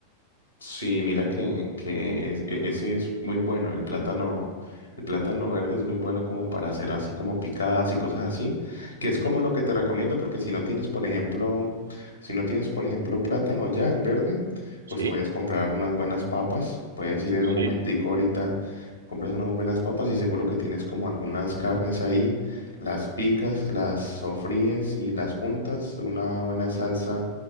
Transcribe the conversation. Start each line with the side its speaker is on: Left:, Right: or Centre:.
Left: Sí, mira que, que es- e- ese es muy bueno, el plátano, el plátano verde es muy bueno como para hacer así como picadas y cosas así, que es
Right: Mm.
Left: como lo que te recomiendo porque si no tienes, por ejemplo, si no tienes, por ejemplo, plátano allá, el verde, pues
Right: Sí,
Left: puedes comprar unas buenas papas, puedes ir en un momentico
Right: sí.
Left: ahorita, compras unas buenas papas y seguro que tienes como algunas carnes ahí, las picas, las sofríes y las juntas, una buena salsa